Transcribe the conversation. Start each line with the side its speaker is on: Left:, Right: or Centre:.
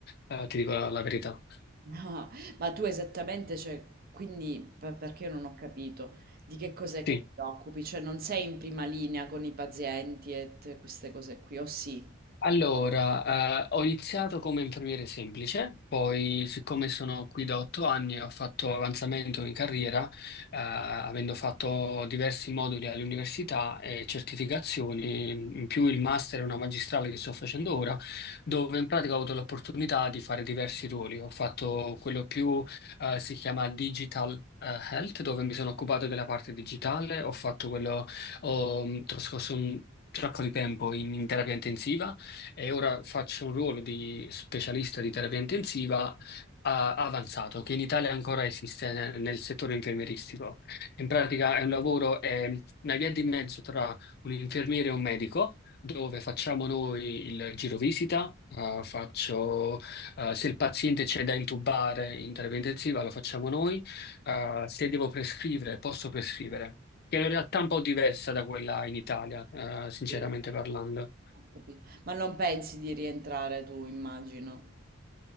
Left: Eh, ti dico la, la verità.
Right: <laughs> Ah, Ma tu esattamente, cioè, quindi per- perché io non ho capito di che cos'è che
Left: Sì.
Right: ti occupi, cioè non sei in prima linea con i pazienti e t- queste cose qui, o sì?
Left: Allora, eh, ho iniziato come infermiere semplice, poi siccome sono qui da otto anni ho fatto avanzamento in carriera, eh, avendo fatto diversi moduli all'università e certificazioni, in più il master e una magistrale che sto facendo ora, dove in pratica ho avuto l'opportunità di fare diversi ruoli. Ho fatto quello più, eh, si chiama Digital. eh, Health, dove mi sono occupato della parte digitale, ho fatto quello, ho mm, trascorso un sacco di tempo in in terapia intensiva, e ora faccio un ruolo di specialista di terapia intensiva a- avanzato, che in Italia ancora esiste nel, nel settore infermieristico. In pratica è un lavoro, è una via di mezzo tra un infermiere e un medico. Dove facciamo noi il giro visita, eh, faccio, eh, se il paziente c'è da intubare in terapia intensiva lo facciamo noi, eh, se devo prescrivere posso prescrivere che è una realtà un po' diversa da quella in Italia, eh, sinceramente
Right: Sì.
Left: parlando.
Right: Ho capito. Ma non pensi di rientrare tu, immagino.